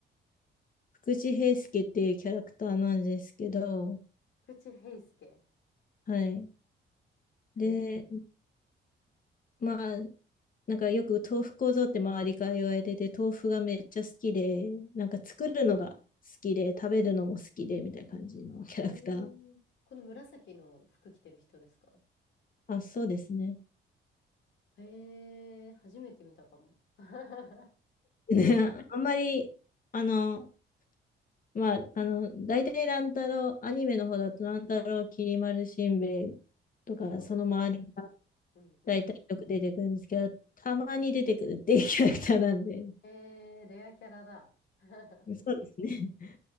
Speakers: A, on the left; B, on the left.
A: 福地平介っていうキャラクターなんですけど、
B: 口平助。
A: はい。で、
B: へ
A: まあ、なんかよく豆腐構造って周りから言われてて、豆腐がめっちゃ好きで、なんか作るのが好きで、食べるのも好きで、みたいな感じのキャラクター。
B: えー、この紫の服着てる人ですか
A: あ、そうですね。
B: えー、初めて見たかも。<laughs>
A: ね、ああんまり、あの、まあ、あの、大体乱太郎、アニメの方だと乱太郎、きり丸しんべヱとか、
B: そうですよ。
A: その周りが
B: うんうん。
A: 大体よく出てくるんですけど、たまに出てくるっていうキャラクターなんで、
B: えー、レアキャラだ。<laughs>
A: そうですね。<laughs>